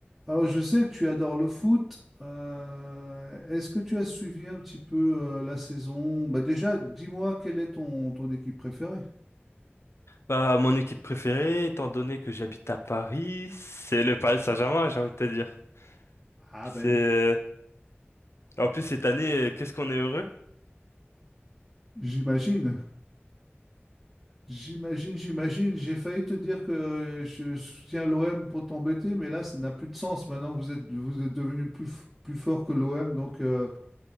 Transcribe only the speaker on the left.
Bah, mon équipe préférée, étant donné que j'habite à Paris, c'est le Paris Saint-Germain, j'ai envie de te dire.
C'est
euh, en plus cette année, euh, qu'est-ce qu'on est heureux.